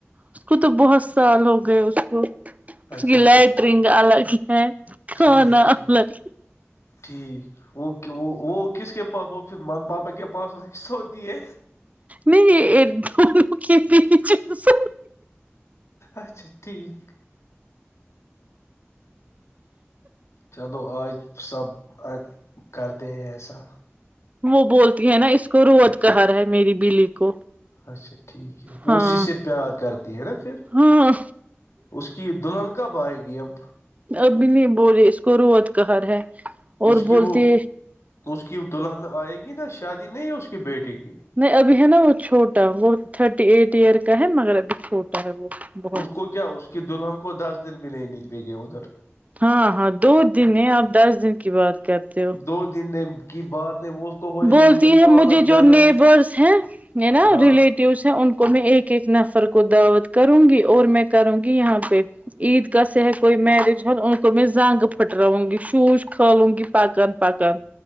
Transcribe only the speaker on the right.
اس کو تو بہت سال ہو گئے اس کو اس
کی لائٹ
رنگ ال الگ ہے کھانا
الگ
نہیں ایک د لک پ س
وہ بولتی ہے نا اس کو روت کہ رہا ہے میری بلی کو
ہاں
ہاں
ابھی نہیں بولے اس کو روت کہر ہے اور
بولتے
نہیں ابھی ہے نا وہ چھوٹا وہ تھرٹی ایٹ ایئر کا ہے مگر ابھی چھوٹا ہے وہ بہت
ہاں ہاں دو دن ہیں آپ دس دن کی بات کرتے ہو
بولتی
ہے
مجھے
جو نیبرس
ہیں نا
ریلیٹ ان کو میں ایک ایک نفر کو دعوت کروں گی اور میں کروں گی یہاں پہ عیدگاہ سے کوئی مریجال ان کو میں زنگ پھٹراؤں گی شوش کھالوں گی پکان پ کا